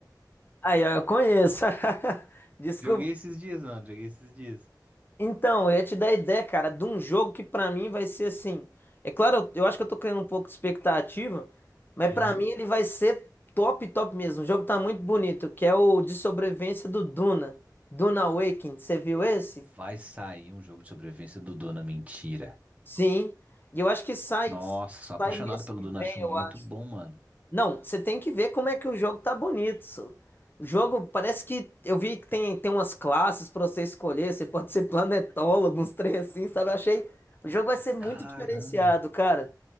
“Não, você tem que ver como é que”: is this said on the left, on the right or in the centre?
Left